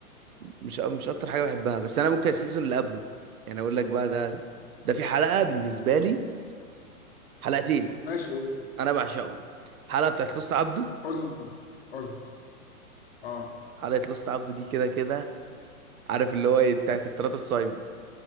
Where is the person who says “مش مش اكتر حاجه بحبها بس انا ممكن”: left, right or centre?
Right